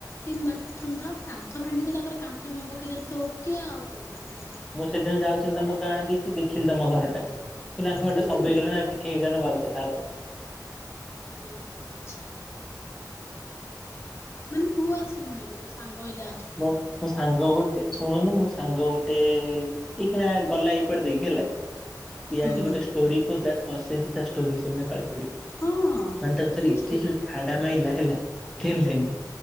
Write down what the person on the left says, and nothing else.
ଟିନ୍ ବାଥରୁମ୍ ତ କାନ୍ଥ ଭାଙ୍ଗିଦେଲା ପରେ କାନ୍ଥ ନୂଆ ପକାଇଦେଲେ ତ ଓକେ ଆଉ କଣ ଦରକାର
ହୁଁ
ଓହୋ ଆଚ୍ଛା ମାନେ ତୁ ଆସୁନୁ ହେଲେ ତୋ ସାଙ୍ଗ ହେଲେ ଆସୁ
ହୁଁ
ହଁ
କି
ଷ୍ଟୋରି